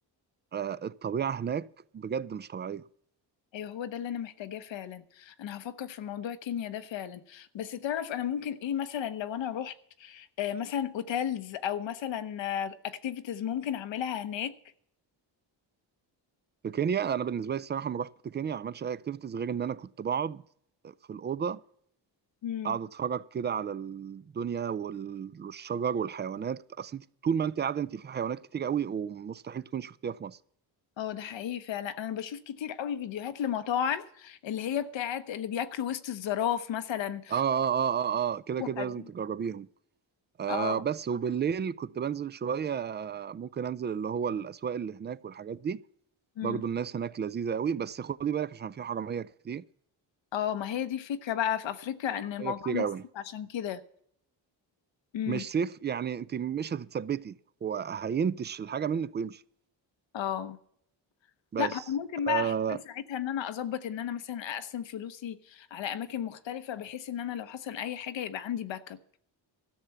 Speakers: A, on the right; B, on the left.
A: آه الطبيعه هناك بجد مش طبيعيه
B: ايوه هو ده اللي انا محتاجاه فعلا انا هفكر في موضوع كينيا ده فعلا بس تعرف انا ممكن ايه مثلا لو انا رحت آه، مثلا اوتيلز او مثلا اكتيفيتيز ممكن اعملها هناك
A: في كينيا انا بالنسبه لي الصراحه ما رحت كينيا ما عملتش اي اكتيفيتيز غير ان انا كنت بقعد في الاوضه
B: امم
A: اقعد اتفرج كده على الدنيا وال- والشجر والحيوانات اصل انت طول ما انت قاعده انت في حيوانات كتير قوي ومستحيل تكون شفتيها في مصر
B: اه ده حقيقي فعلا انا بشوف كتير قوي فيديوهات لمطاعم اللي هي بتاعت اللي بياكلوا وسط الزراف مثلا
A: اه اه اه اه اه كده
B: وحد-
A: كده لازم تجربيهم آه
B: اه
A: بس وبالليل كنت بنزل شويه ممكن انزل اللي هو الاسواق اللي هناك والحاجات دي
B: امم
A: برضو الناس هناك لذيذه قوي بس خدي بالك عشان في حراميه كتير
B: اه ما هي دي الفكرة بقى في افريقيا ان
A: حراميه
B: الموضوع
A: كتير
B: متسف
A: قوي
B: عشان كده امم
A: مش سيف يعني انت مش هتتثبتي هو هينتش الحاجه منك ويمشي
B: اه
A: بس
B: لا ما انا ممكن بقى
A: آه،
B: أحاول ساعتها ان انا اظبط ان انا مثلا اقسم فلوسي على اماكن مختلفه بحيث ان انا لو حصل اي حاجه يبقى عندي باك اب